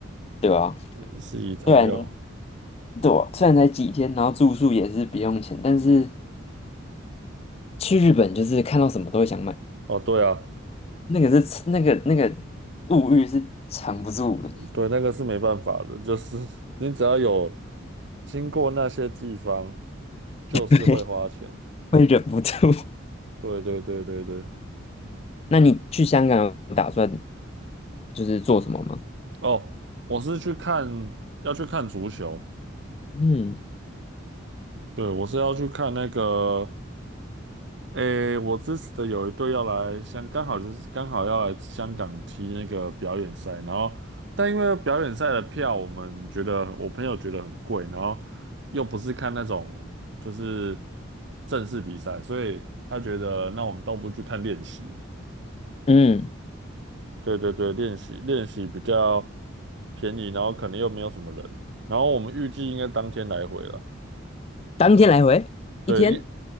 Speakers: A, on the left (about 30°); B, on the right (about 60°).
A: 对吧？
B: 也是一趟要。
A: 虽然对啊虽然才几天，然后住宿也是不用钱，但是去日本就是看到什么都会想买，
B: 哦，对啊，
A: 那个是那个那个物欲是藏不住的，
B: 对，那个是没办法的，就是 <laughs> 你只要有经过那些地方，就是会花钱。
A: <laughs> 会忍不住。<laughs>
B: 对对对对对。
A: 那你去香港有打算就是做什么吗？
B: 哦，我是去看，要去看足球。
A: 嗯
B: 对，我是要去看那个，诶，我支持的有一队要来香，刚好就是刚好要来香港踢那个表演赛，然后但因为表演赛的票，我们觉得我朋友觉得很贵，然后又不是看那种就是正式比赛，所以他觉得那我们倒不如去看练习。
A: 嗯，
B: 对对对，练习练习比较便宜，然后可能又没有什么人，然后我们预计应该当天来回了。
A: 当天来回一天，
B: 对，因